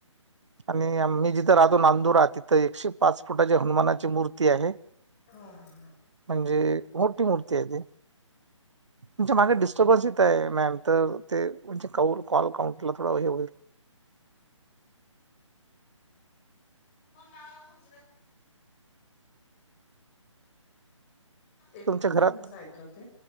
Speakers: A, on the right; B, on the left.
A: आणि मी जिथ राहतो नांदुरा तिथ एकशे पाच फुटाची हनुमानाची मूर्ती आहे.
B: हां
A: म्हणजे मोठी मूर्ती आहे ती, तुमच्या
B: हा
A: मागे
B: हा
A: डिस्टर्बनस आहे. आहे मॅम तर ते म्हणजे कौल कॉल काउंटला थोड हे होईल.
B: हां हां. एक
A: तुमच्या
B: मीनीट
A: घरात
B: हं मी साईडला होते,